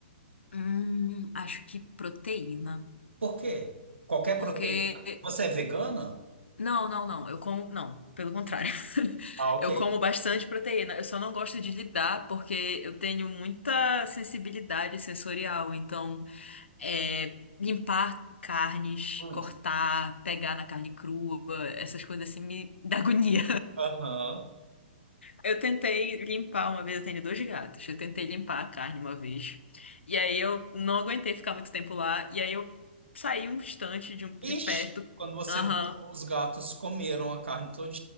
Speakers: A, on the left; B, on the right.
A: Hum, acho que proteína,
B: Por quê? Qualquer
A: porque
B: proteína? Você é vegana?
A: não, não, não, eu como, não, pelo contrário. <laughs>
B: Ah, ok.
A: Eu como bastante proteína, eu só não gosto de lidar porque eu tenho muita sensibilidade sensorial, então é, limpar carnes,
B: Luiz.
A: cortar, pegar na carne crua, essas coisas assim me dá agonia.
B: Aham.
A: Eu tentei limpar uma vez, eu tenho dois gatos. Eu tentei limpar a carne uma vez. E aí eu não aguentei ficar muito tempo lá. E aí eu saí um instante de, um- de
B: Ixi,
A: perto.
B: quando você
A: Aham,
B: voltou, os gatos comeram a carne toda.